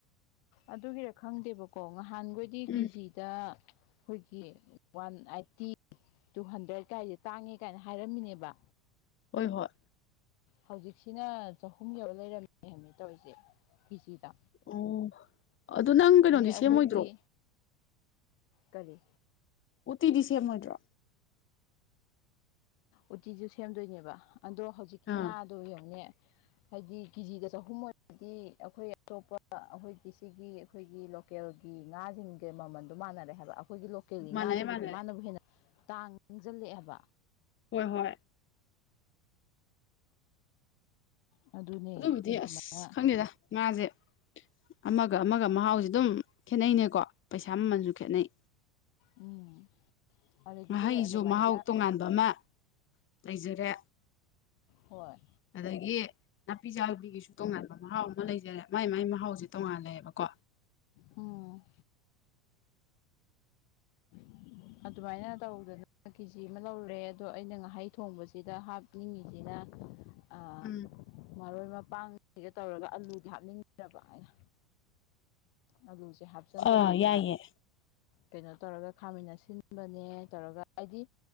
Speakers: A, on the left; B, on the left.
A: ꯑꯗꯨꯒꯤꯔ ꯈꯪꯗꯦꯕꯀꯣ ꯉꯍꯥꯟꯒꯣꯏꯗꯤ
B: ꯎꯝ
A: ꯀꯤꯖꯤ ꯇꯥ ꯑꯩꯈꯣꯏꯒꯤ ꯋꯥꯟ ꯑꯥꯏꯠꯇꯤ ꯇꯨ ꯍꯟꯗ꯭ꯔꯦꯠ ꯀꯥꯏꯖꯦ ꯇꯥꯡꯉꯦ ꯀꯥꯏꯅ ꯍꯥꯏꯔꯝꯃꯤꯅꯦꯕ
B: ꯍꯣꯏ ꯍꯣꯏ
A: ꯍꯧꯖꯤꯛꯁꯤꯅ ꯆꯍꯨꯝ ꯌꯧꯔ ꯂꯩꯔꯝꯃꯦ ꯍꯥꯏꯃꯦ ꯇꯧꯔꯤꯖꯦ ꯀꯤꯖꯤꯗ
B: ꯑꯣ ꯑꯗꯣ ꯅꯪ ꯀꯩꯅꯣꯗꯤ
A: ꯑꯩꯈꯣꯏꯒꯤ
B: ꯁꯦꯝꯃꯣꯏꯗ꯭ꯔꯣ
A: ꯀꯔꯤ
B: ꯎꯠꯇꯤꯗꯤ ꯁꯦꯝꯃꯣꯏꯗ꯭ꯔꯣ
A: ꯎꯠꯇꯤꯖꯨ ꯁꯦꯝꯗꯣꯏꯅꯦꯕ ꯑꯗꯣ ꯍꯧꯖꯤꯛꯀꯤ
B: ꯑꯥ
A: ꯉꯥꯗꯣ ꯌꯦꯡꯉꯨꯅꯦ ꯍꯥꯏꯗꯤ ꯀꯤꯖꯤꯗ ꯆꯍꯨꯝ ꯑꯣꯏꯔꯗꯤ ꯑꯩꯈꯣꯏ ꯑꯇꯣꯞꯄ ꯑꯩꯈꯣꯏꯒꯤ ꯁꯤꯒꯤ ꯑꯩꯈꯣꯏꯒꯤ ꯂꯣ ꯀꯦꯜꯒꯤ ꯉꯥꯁꯤꯡꯒ ꯃꯃꯟꯗꯣ ꯃꯥꯟꯅꯔꯦ ꯍꯥꯏꯕ ꯑꯩꯈꯣꯏꯒꯤ ꯂꯣ ꯀꯦꯜꯒꯤ
B: ꯃꯥꯟꯅꯔꯦ
A: ꯉꯥꯗꯒꯤꯗꯤ
B: ꯃꯥꯟꯅꯔꯦ
A: ꯃꯥꯅꯕꯨ ꯍꯦꯟꯅ ꯇꯥꯡꯖꯜꯂꯛꯑꯦ ꯍꯥꯕ
B: ꯍꯣꯏ ꯍꯣꯏ
A: ꯑꯗꯨꯅꯦ
B: ꯑꯗꯨꯕꯨꯗꯤ
A: ꯑꯗꯨꯃꯥꯏꯅ
B: ꯑꯁ ꯈꯪꯗꯦꯗ ꯉꯥꯖꯦ ꯑꯃꯥꯒ ꯑꯃꯥꯒ ꯃꯍꯥꯎꯖꯦ ꯑꯗꯨꯝ ꯈꯦꯠꯅꯩꯅꯦꯀꯣ ꯄꯩꯁꯥ ꯃꯃꯟꯖꯨ ꯈꯦꯠꯅꯩ
A: ꯎꯝ ꯑꯗꯒꯤꯗꯤ
B: ꯉꯥꯍꯩꯖꯨ
A: ꯑꯗꯨꯃꯥꯏꯅ
B: ꯃꯍꯥꯎ ꯇꯣꯉꯥꯟꯕ ꯑꯃꯥ ꯂꯩꯖꯔꯦ
A: ꯍꯣꯏ
B: ꯑꯗꯒꯤ ꯅꯥꯄꯤ ꯆꯥꯕꯤꯒꯤꯁꯨ ꯇꯣꯉꯥꯟꯕ ꯃꯍꯥꯎ ꯑꯃ ꯂꯩꯖꯔꯦ ꯃꯥꯏ ꯃꯥꯏ ꯃꯍꯥꯎꯖꯦ ꯇꯣꯡꯉꯥꯜꯂꯦꯕꯀꯣ
A: ꯎꯝ <inaudible> ꯑꯗꯨꯃꯥꯏꯅ ꯇꯧꯗꯅ ꯀꯦꯖꯤ ꯑꯃꯥ ꯂꯧꯔꯨꯔꯦ ꯑꯗꯣ ꯑꯩꯅ ꯉꯥꯍꯩ ꯊꯣꯡꯕꯖꯤꯗ ꯍꯥꯞꯅꯤꯡꯉꯤꯖꯤꯅ ꯑꯥ
B: ꯎꯝ
A: ꯃꯔꯣꯏ ꯃꯄꯥꯡ ꯒ ꯇꯧꯔꯒ ꯑꯂꯨꯗꯤ ꯍꯥꯞꯅꯤꯡꯗꯕ ꯑꯩꯅ ꯑꯂꯨꯖꯦ ꯍꯥꯞꯆꯟꯗꯕꯤꯗ
B: ꯑꯥ ꯌꯥꯏꯌꯦ
A: ꯀꯩꯅꯣ ꯇꯧꯔꯒ ꯈꯥꯃꯦꯟ ꯑꯁꯤꯟꯕꯅꯦ ꯇꯧꯔꯒ ꯍꯥꯏꯗꯤ